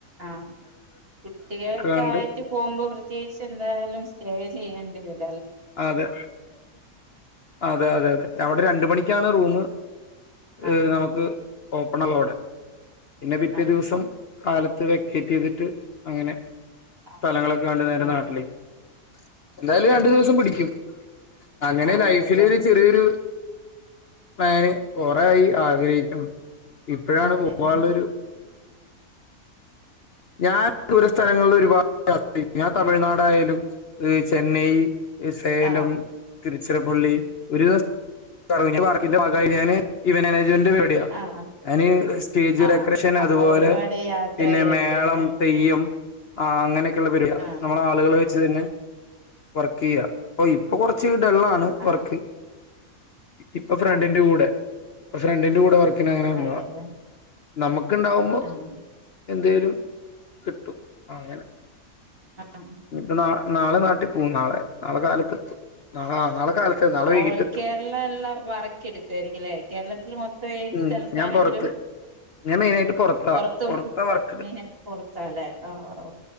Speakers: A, on the right; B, on the left.
A: ആഹ് കുട്ടികളൊക്കെ
B: കണ്ട്
A: ആയിട്ട് പോവുമ്പോ പ്രത്യേകിച്ച് എന്തായാലും സ്റ്റേ ചെയ്യണ്ടി വെരും
B: അതെ അതെ അതെ അതെ അവിടെ രണ്ട മണിക്കാണ് റൂമ്
A: ആഹ്
B: ഏഹ് നമുക്ക് ഓപ്പണാവാ അവടെ പിന്നെ പിറ്റേ
A: ആഹ്
B: ദിവസം കാലത്ത് വെ ക്കേറ്റ് ചെയ്തിട്ട് അങ്ങനെ
A: ആഹ്
B: സ്ഥലങ്ങളൊക്കെ കണ്ട് നേരെ
A: ആഹ്
B: നാട്ടിലേക്ക് എന്തായാലും
A: ഉം
B: രണ്ടു ദി പിക്കും അങ്ങനെ
A: ആഹ്
B: ലൈഫില്
A: അതെല്ലേ
B: ഒരു ചെറിയൊരു ഞാന് കുറെ ആയി ആഗ്രഹിക്കുണു. ഇപ്പഴാണ്
A: അതെല്ലേ
B: പോവാ ഉള്ളൊരു ഞാൻ
A: ഉം
B: ദൂര സ്ഥലങ്ങളില് ഒരുപാ <unintelligible> ഞാൻ തമിഴ്നാടായാലും ചെന്നൈ സേലം
A: ആഹ്
B: തിരുച് ചിറപ്പള്ളി ഒരു <unintelligible> വർക്കിന്റെ ഭാഗായി ഞാൻ ഇവൻ <unintelligible> വന്റ് പരിപാടിയ
A: ആഹ്
B: അതിന് സ്റ്റേജ്
A: ആഹ്
B: ഡെക്കറേഷൻ
A: അപ്പൊ
B: അതുപോലെ
A: ഒരുപാട് യാത്ര
B: പിന്നെ
A: ചെയ്യേണ്ടില്ലേ
B: മേളം തെയ്യം ആ അങ്ങനെ ക്കൊള്ള <unintelligible> യ
A: ആഹ്
B: നമ്മള് ആളുകള് ച്ച് തര്ന വർക്കയ്യാ അപ്പ ഇപ്പം കൊർച്ച് ഡള്ളാണ് വർക്ക്
A: ആഹ്
B: ഇപ്പം ഫ്രണ്ടിന്റെ
A: ആഹ്
B: കൂടെ ഇപ്പം ഫ്രണ്ടിന്റെ കൂടെ വർ ന് ഇങ്ങനെ വന്നതാ
A: അതെല്ലേ
B: നമു ക്ക് ഉണ്ടാവുമ്പോ
A: ആഹ്
B: എന്തേലും കിട്ടും അങ്ങനെ
A: ആഹ്
B: ഇനിപ്പൊ നാളെ നാളെ നാട്ടിൽ പോവും നാളെ നാളെ കാലത്ത് എത്തും നാളെ നാളെ കാലത്ത് നാളെ വൈകിട്ടെത്തും
A: ഓൾ കേരള എല്ല വർക്ക് എടുക്കുവായിരിക്കുലേ കേരളത്തിൽ മൊത്തം ഏത്
B: ഉം
A: സ്ഥലത്താണെങ്കിലും
B: ഞാൻ പൊറത്ത് ഞാൻ മെയിനായിട്ട് പൊറത്താ
A: പൊറത്തും
B: പൊറത്താ വർക്കെടു
A: മെയിനായിട്ട് പൊറത്താല്ലേ ആഹ്